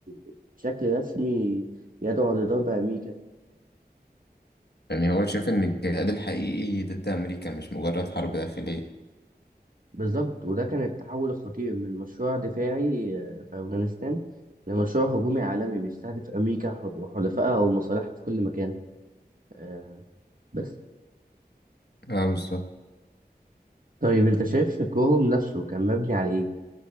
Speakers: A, on the right; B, on the left.
A: ي- بشكل رسمي يدعو لضرب أمريكا
B: يعني هو شاف إن الجهاد الحقيقي ضد أمريكا مش مجرد حرب داخلية
A: بالظبط وده كان التحول الخطير من مشروع دفاعي آه، في أفغانستان لمشروع هجومي عالمي بيستهدف أمريكا ح- وحلفائها ومصالحها في كل مكان آه، بس
B: اه بالظبط
A: طيب أنت شايف فكرهم نفسه كان مبني على إيه؟